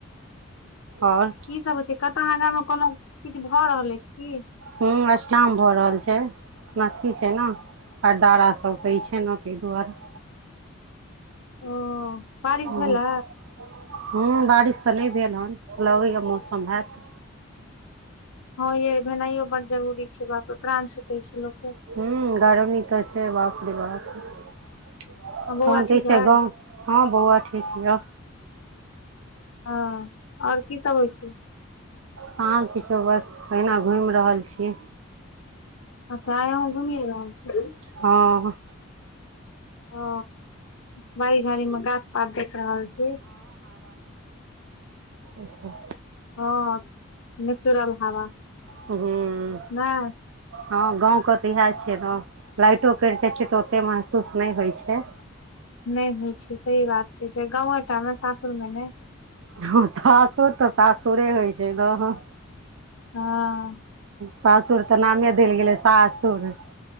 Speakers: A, on the right (about 70°); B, on the left (about 75°).
A: आओर।
B: की सब होइ छय? कतौ आगा मे कोनो किछु भऽ रहल अछि की?
A: हम्म अष्टजाम भ रहल छै मास इ छय न अरदारा सब होई छै न। तहि दुआरे।
B: ओ बारिश
A: हम्म
B: भेलै
A: बारिश तऽ नय भेल हन लगैय मौसम हएत।
B: हँ ये भेनाइयो बड्ड जरूरी छै बापरे प्राण छूटै छै लोक के।
A: हू गरमी तऽ छै बापे रे बा तहन
B: हँ बौआ
A: तऽ
B: ठीक
A: ई छै
B: अइ
A: गाँव। हँ बौआ ठीक छियौ।
B: हँ आओर की सब होइ छय?
A: कहाँ किछो बस अहिना घुइम रहल छी।
B: अच्छा आय अहुँ घुमिए रहल छी।
A: ह
B: ओ बाड़ी झाड़ी मे गाछ पात देख रहल छी।
A: अच्छा
B: हँ नेचुरल हावा
A: हूँ
B: नै।
A: हँ गाँवके तऽ इएह छय ने लाइटो कटि जाइ छय तऽ ओते महसूस नहि होय छैय।
B: नहि होइ छैय सही बात छैय से गावे टा मे सासुर मे नय।
A: हम सासुर तऽ सासुरे होइ छैय न।
B: हँ
A: सासुर तऽ नामे देल गेलै सा सुर।